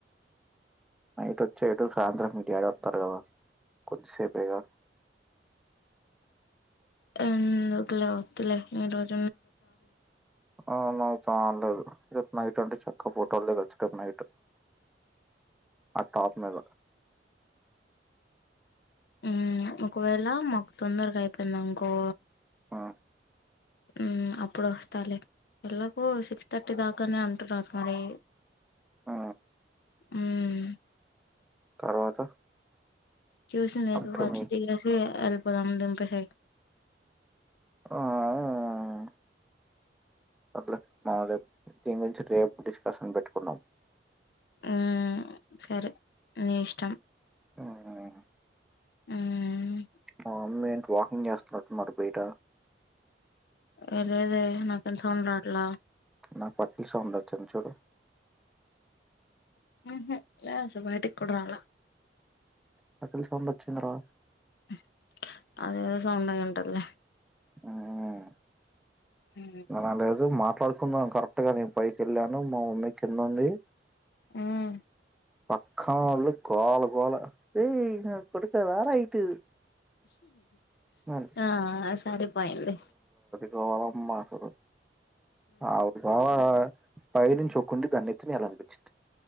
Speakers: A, in the centre; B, on the left.
A: నైటొచ్చే ఇటు సాయంత్రం మి డ్యాడి వొత్తర్ గద కొద్దిసేపేగ.
B: ఎందుకులె ఒద్దులె ఈరోజ్
A: ఔను చాలదు రేప్ నైట్ టంటె చక్కగ్ ఫోటోల్ దిగచ్చు గమ్నైట్ అ టాప్ మీద.
B: ఊమ్ ఒకవేళ మాక్ తొందర్గైపెయ్ందన్కో
A: అ.
B: ఊమ్ అప్పుడొస్తాలె. ఎల్లాకో సిక్స్ థర్టీ దాకానే అంటున్నార్ మరి
A: ఆ.
B: ఊమ్.
A: తర్వాత్
B: చూసీనెగువ్గాచ్చ్
A: టు మీ
B: దిగేసీ ఎల్ పొదామ్ దింపేసెయ్.
A: ఆ <unintelligible> ఒద్లె బాలేవ్ దీన్ గురించి రేప్ డిస్కషన్ పెట్టుకుందాం.
B: ఊమ్ సరే నీ ఇష్టం.
A: ఊమ్
B: ఊమ్
A: మ మమ్మీ ఏంట్ వాకింగ్ జేస్త్నట్టున్నార్ బైట.
B: ఎ లేదె నాకేం సౌండ్ రాట్ల.
A: నాక్ పట్టీల్ సౌండొచ్చింద్ చూడు.
B: ఊహు లే అసల్ బైటికి కూడ్ రాలా.
A: పట్టీల్ సౌండొచ్చింది రా.
B: హ్మ్ అదేఏదో సౌండయ్యుంటద్ లె.
A: ఊమ్
B: హ్మ్.
A: మనా లేదు మా పడుకుందాం కరెక్ట్గ నేన్ పైకెళ్ళాను మ మమ్మీ కిందుంది
B: ఊమ్.
A: పక్కా వాళ్లు గోల గోల రేయ్ న కొడకా రారా ఇటు. అని
B: ఆ సరిపొయ్ంది.
A: గోలమ్మా అసలు <unintelligible> పైనుంచి ఓ కుండీ దాని నెత్తినేయాలి అనిపించింది